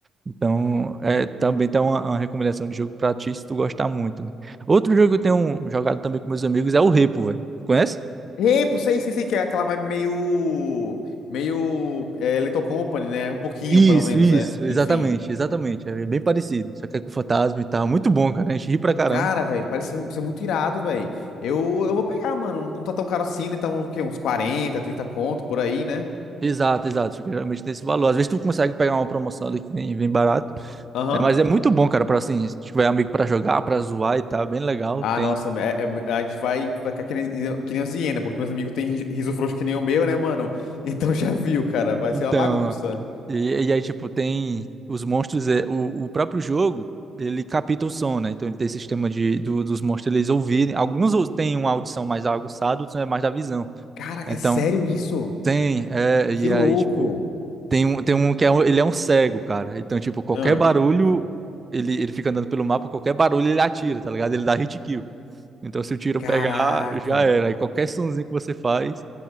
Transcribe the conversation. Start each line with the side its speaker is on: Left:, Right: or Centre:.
Right: Então, é, também tem uma, uma recomendação de jogo pra ti, se tu gostar muito, né? Outro jogo que eu tenho jogado também com meus amigos é o Repo, velho. Conhece?
Left: Ei, pô, sei, sei, sei que é aquela vibe meio. Meio. É, Little Company, né? Um pouquinho,
Right: Isso,
Left: pelo menos,
Right: isso,
Left: né?
Right: exatamente,
Left: Enfim.
Right: exatamente. É bem parecido, só que é com fantasma e tal. Muito bom, cara. A gente ri pra caramba.
Left: Cara, velho, parece ser muito irado, velho. Eu, eu vou pegar, mano. Não tá tão caro assim, né? Tá um, o quê? uns 40, 30 conto por aí, né?
Right: Exato, exato. Isso Geralmente tem esse valor. Às vezes tu consegue pegar uma promoção ali que vem, vem barato,
Left: Aham.
Right: né? Mas é muito bom, cara, pra assim, se tiver amigo pra jogar, pra zoar e tal, é bem legal.
Left: Ah,
Right: tem
Left: nossa, é- é- a gente vai ficar que nem, que nem os hiena, porque meus amigos têm ri- riso frouxo que nem o meu, né, mano? <laughs> Então já viu, cara, vai
Right: Então,
Left: ser uma bagunça.
Right: e, e aí, tipo, tem os monstros, é, o, o próprio jogo, ele capta o som, né? Então ele tem esse sistema de, do- dos monstros eles ouvirem. Alguns ou- têm uma audição mais aguçada, outros é mais da visão.
Left: Cara, é
Right: Então,
Left: sério isso?
Right: tem, é, e
Left: Que louco.
Right: aí, tipo, tem um, tem um que é, um- ele é um cego, cara. Então, tipo, qualquer
Left: Ah,
Right: barulho, ele, ele fica andando pelo mapa, qualquer barulho ele atira, tá ligado? Ele dá hit kill. Então, se o tiro
Left: caraca.
Right: pegar, já era. Aí qualquer sonzinho que você faz,